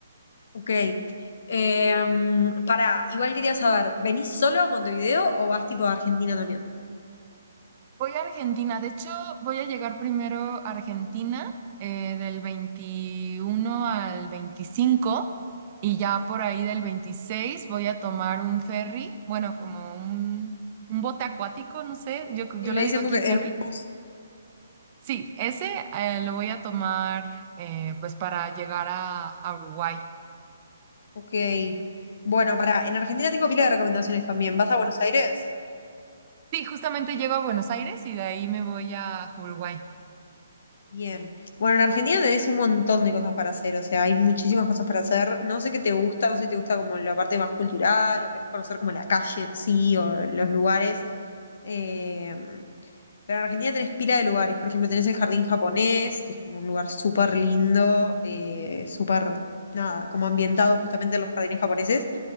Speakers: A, on the left; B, on the right.
A: Ok. Eh, pará, igual quería saber, ¿venís solo a Montevideo o vas tipo a Argentina también?
B: Voy a Argentina. De hecho, voy a llegar primero a Argentina eh, del 21 al veinticinco y ya por ahí del 26 voy a tomar un ferry, bueno, como un, un bote acuático, no sé, yo,
A: Sí,
B: yo
A: le
B: le
A: dicen
B: digo aquí
A: porque el
B: ferry.
A: bus.
B: Sí, ese eh, lo voy a tomar eh, pues para llegar a, a Uruguay.
A: Ok. Bueno, pará, en Argentina tengo pila de recomendaciones también. ¿Vas a Buenos Aires?
B: Sí, justamente llego a Buenos Aires y de ahí me voy a Uruguay.
A: Bien. Bueno, en Argentina tenés un montón de cosas para hacer, o sea, hay muchísimas cosas para hacer. No sé qué te gusta, no sé si te gusta como la parte más cultural o querés conocer como la calle en sí o los lugares. Eh, pero en Argentina tenés pila de lugares, por ejemplo, tenés el Jardín Japonés, que es como un lugar súper lindo, eh, súper, nada, como ambientado justamente en los jardines japoneses.